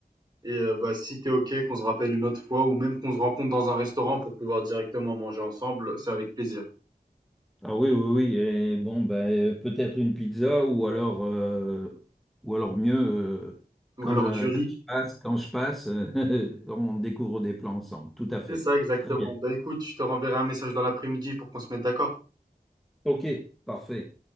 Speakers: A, on the right; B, in the centre.
A: et heu, bah, si t'es OK qu'on se rappelle une autre fois ou même qu'on se rencontre dans un restaurant pour pouvoir directement manger ensemble, c'est avec plaisir.
B: Ah oui, oui, oui. Et bon, ben, peut-être une pizza ou alors, euh, ou alors mieux, euh,
A: Ou
B: quand
A: alors
B: je,
A: du riz.
B: quand je passe, quand je passe, <laughs> on découvre des plans ensemble. Tout à fait.
A: C'est ça exactement.
B: Très bien.
A: Bah, écoute, je te renverrai un message dans l'après-midi pour qu'on se mette d'accord.
B: OK, parfait.